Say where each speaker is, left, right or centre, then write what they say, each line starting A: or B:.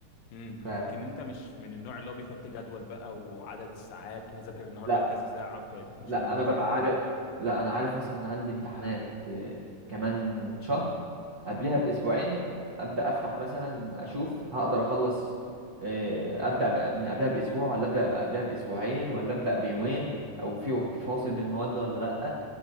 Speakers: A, on the left; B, on the right.
A: امم
B: فلا
A: لكن انت مش من النوع اللي هو بيحط جدول بقى وعدد الساعات وهذاكر النهارده
B: لا
A: كذا ساعة وكده مش
B: لا،
A: من النوع
B: انا ببقى
A: انت
B: عارف
A: ده
B: لا انا عارف مثلا ان عندي امتحانات آه، كمان شهر قبلها باسبوعين ابدا افتح مثلا اشوف هقدر اخلص آه، ابدا بقى من قبلها باسبوع ولا ابدا بقى قبلها باسبوعين ولا ابدا بيومين او في في فواصل بين المواد ولا لا